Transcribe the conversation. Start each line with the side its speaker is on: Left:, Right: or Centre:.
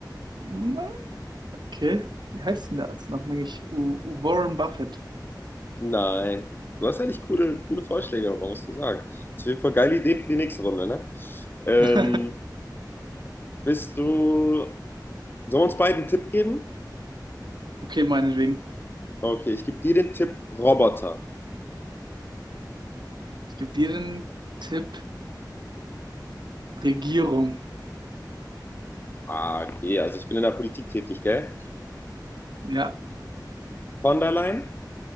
Right: Hm, Okay, wie heißt denn der Arzt noch? Bin ich U- U- Warren Buffett?
Left: Nein. Du hast eigentlich coole, coole Vorschläge, aber muss ich sagen. Das sind auf jeden Fall geile Ideen für die nächste Runde, ne? Ähm,
Right: <laughs>
Left: bist du. Sollen wir uns beiden einen Tipp geben?
Right: Okay, meinetwegen.
Left: Okay, ich gebe dir den Tipp Roboter.
Right: Ich gebe dir den Tipp. Regierung.
Left: Ah, okay, also ich bin in der Politik tätig, gell?
Right: Ja,
Left: Von der Leyen?